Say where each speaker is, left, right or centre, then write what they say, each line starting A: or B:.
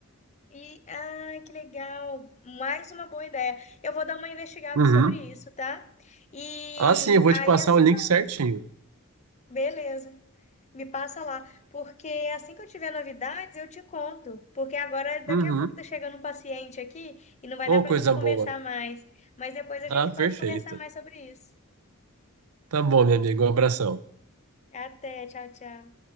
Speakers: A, on the left; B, on the right.
A: E, ai, que legal. Mais uma boa ideia. Eu vou dar uma investigada
B: Uhum.
A: sobre isso, tá? E
B: Ah, sim, eu vou
A: aí,
B: te passar
A: assim
B: o link
A: que eu...
B: certinho.
A: Beleza. Me passa lá, porque assim que eu tiver novidades, eu te conto. Porque agora, daqui
B: Uhum.
A: a pouco, tá chegando um paciente aqui e não vai
B: Oh,
A: dar pra
B: coisa
A: gente conversar
B: boa.
A: mais. Mas depois a gente
B: Ah, perfeito.
A: pode conversar mais sobre isso.
B: Tá bom, meu amigo, um abração.
A: Até, tchau, tchau.